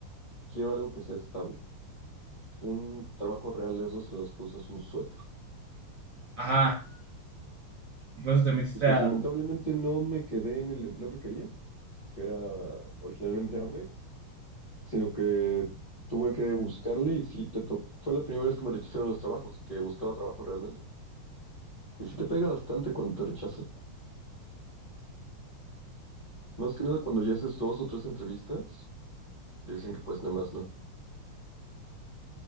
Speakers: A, on the left; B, on the right.
A: quiero algo que sea estable. Un trabajo real de esos en los que usas un suéter.
B: ajá. Y por eso te metiste
A: Y pues
B: a...
A: lamentablemente no me quedé en el empleo que quería, que era originalmente Amex, sino que tuve que buscarle y sí te tocó. Fue la primera vez que me rechazaron los trabajos, que buscaba trabajo realmente. Y sí te pega bastante cuando te rechazan. Más que nada cuando ya haces dos o tres entrevistas, te dicen que pues nada más no.